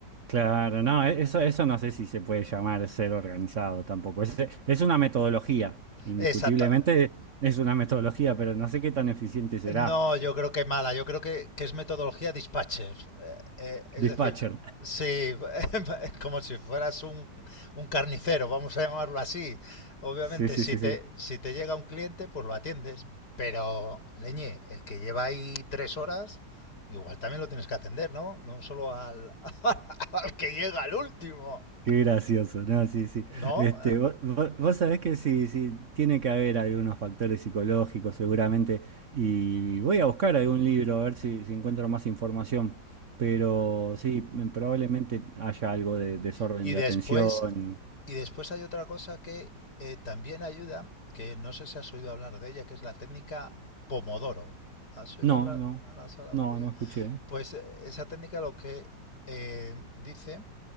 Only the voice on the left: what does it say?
<laughs> Exacto.
No, yo creo que mala, yo creo que, que es metodología dispatcher. Eh, eh, es
decir, sí, <laughs> como si fueras un, un carnicero, vamos a llamarlo así. Obviamente,
si
te,
si te llega un cliente, pues lo atiendes. Pero, leñe, el que lleva ahí tres horas, igual también lo tienes que atender, ¿no? No solo al, <laughs> al que llega al último,
¿no?
Y
después,
y después hay otra cosa que eh, también ayuda, que no sé si has oído hablar de ella, que es la técnica Pomodoro. ¿Has oído
hablar,
¿No has hablado
de ella?
Pues eh, esa técnica lo que eh, dice